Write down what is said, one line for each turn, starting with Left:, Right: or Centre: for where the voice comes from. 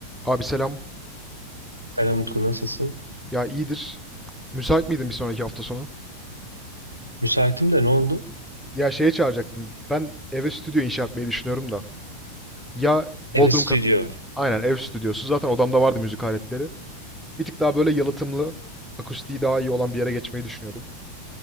Centre: Abi selam.
Right: Selam Utku nasılsın?
Centre: Ya iyidir. Müsait miydin bir sonraki hafta sonu?
Right: Müsaitim de ne oldu?
Centre: Ya şeye çağıracaktım. Ben eve stüdyo inşa etmeyi düşünüyorum da. Ya Bodrum
Right: Evet stüdyo.
Centre: katı. Aynen ev stüdyosu. Zaten odamda vardı müzik aletleri. Bir tık daha böyle yalıtımlı, akustiği daha iyi olan bir yere geçmeyi düşünüyordum.